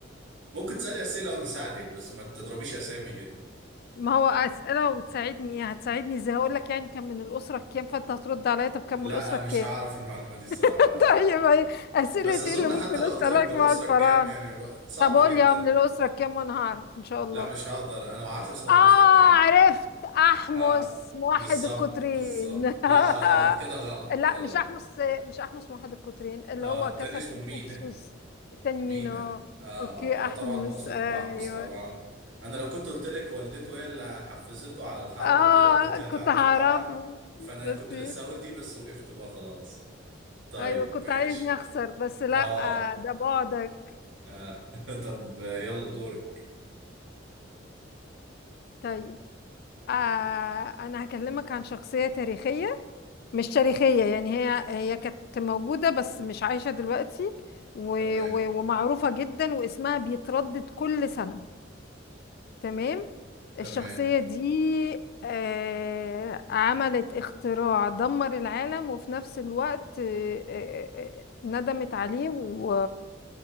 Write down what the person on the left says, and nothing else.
ما هو اسئله وتساعدني ايه هتساعدني ازاي هقول لك يعني كان من الاسره كام فانت هترد عليا طب كان
من الاسره كام
<laughs>
طيب ايه اسئله
ايه اللي ممكن
اسالك
مع
الفراعنه
طب قول
لي اه من الاسره كام وانا هعرف ان شاء الله
اه
عرفت احمس
موحد
القطرين
<laughs>
لا
مش احمس مش احمس موحد القطرين اللي
هو
كسب
الاكسوس
التاني
مين اه
اوكي احمس
ايوه
اه
كنت
هعرفه
بس
ايوه كنت
عايزني اخسر بس لا
آه، ده بعدك
طيب آه انا هكلمك عن شخصية تاريخية مش تاريخية يعني هي هي كانت موجودة بس مش عايشة دلوقتي و...
و... ومعروفة جدا واسمها بيتردد كل سنة تمام
الشخصية دي آه، عملت اختراع دمر العالم وفي نفس الوقت آه، آه، آه، ندمت عليه و...